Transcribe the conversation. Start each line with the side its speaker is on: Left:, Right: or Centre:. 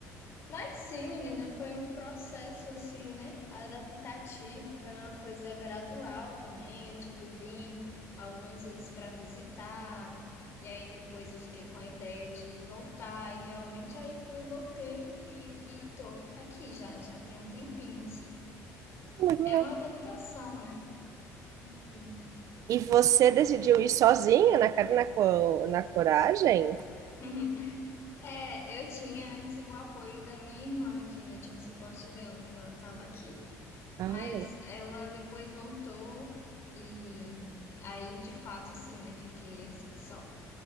Left: Mas sim, menina, foi um processo assim, né? Adaptativo, foi uma coisa gradual também. Eu, tipo, vim algumas vezes para visitar, e aí depois eu fiquei com a ideia de voltar, e realmente aí fui, voltei e, e tô aqui já, já tem um tempinho, assim.
Right: Muito
Left: É
Right: legal.
Left: uma adaptação, né? Enfim.
Right: E você decidiu ir sozinha, na cara, e na, co- na coragem?
Left: <laughs> É, eu tinha antes o apoio da minha irmã aqui, né? Tinha o suporte dela, que ela tava aqui.
Right: Ah,
Left: Mas
Right: legal.
Left: ela depois voltou e aí de fato assim, né? Fiquei assim só.